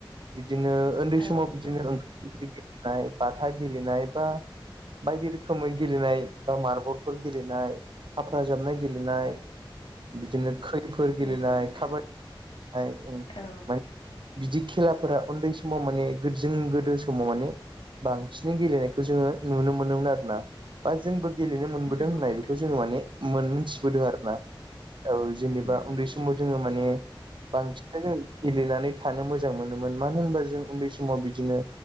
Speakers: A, on the right; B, on the left.
A: बिदिनो उन्दै
B: औ
A: समाव बिदिनो
B: औ
A: ओं <unintelligible> गेलेनाय बाथा गेलेनाय बा बायदि रोखोमै गेलेनाय बा मारबलफोर गेलेनाय खाफ्रा जाबनाय गेलेनाय बिदिनो खैफोर
B: नंगौ
A: गेलेनाय
B: नोंथां
A: खा ओं
B: औ
A: माने बिदि खेलाफोरा उन्दै समाव माने गोजों गोदो समाव माने बांसिनै गेलेनायखौ जोङो नुनो मोनोमोन आरोना बा जोंबो गेलेनो मोनबोदों
B: नंगौ
A: होननाय
B: नोंथां
A: बेखौ जोङो
B: औ
A: माने मोन मोनथिबोदों आरोना औ जेनेबा
B: नंगौ
A: उन्दै
B: नंगौ
A: समाव
B: नोंथां
A: जोङो माने बांसिनै जोङो गेलेनानै थानो मोजां मोनोमोन मानो होनबा जों उन्दै समाव बिदिनो